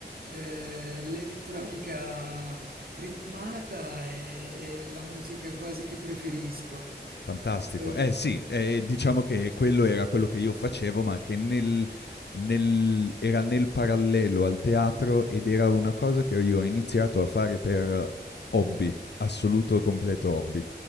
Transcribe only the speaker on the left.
Fantastico.
Eh sì, ehm, diciamo che quello era quello che io facevo, ma che nel nel era nel parallelo al teatro ed era una cosa che io ho iniziato a fare per hobby, assoluto e completo hobby.